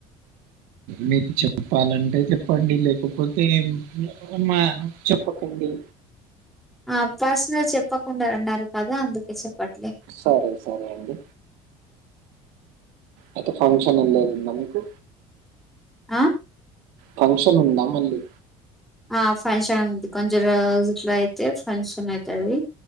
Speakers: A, on the right; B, in the centre.
A: మీకు చెప్పాలంటే చెప్పండి లేకపోతే మా చెప్పక్. అండి.
B: ఆహ్ పర్సనల్ చెప్పకుండా అన్నారు కదా అందుకే చెప్పట్లే.
A: సరే సరే అండి. అయితే ఫంక్షన్ ఎల్లేది ఉందా మీకు.
B: ఆహ్.
A: ఫంక్షన్ ఉందా మళ్ళీ.
B: ఆహ్ ఫంక్షన్ ఉంది కొంచం రోజు ఇట్లా అయితే ఫంక్షన్ ఐతది.